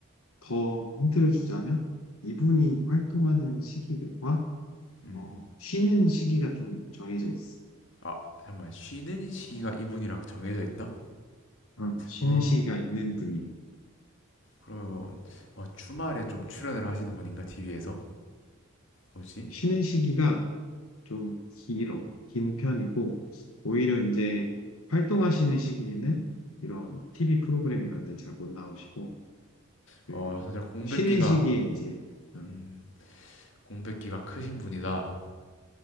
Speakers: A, on the left; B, on the left.
A: 더 힌트를 주자면 이분이 활동하는 시기와
B: 음.
A: 어, 쉬는 시기가 좀 정해져 있어.
B: 아, 잠깐만. 쉬는 시기가 이분이랑 정해져 있다?
A: 어, 쉬는
B: 어,
A: 시기가 있는 분이야.
B: 그러면, 어, 주말에 좀 출연을 하시는 분인가, TV에서? 뭐지?
A: 쉬는 시기가 좀 길어, 긴 편이고, 오히려 이제 활동하시는 시기에는 이런 TV 프로그램 이런 데 잘 못 나오시고, 그,
B: 어, 사실 공백기가,
A: 쉬는 시기에 이제, 어,
B: 음, 공백기가 크신 분이다.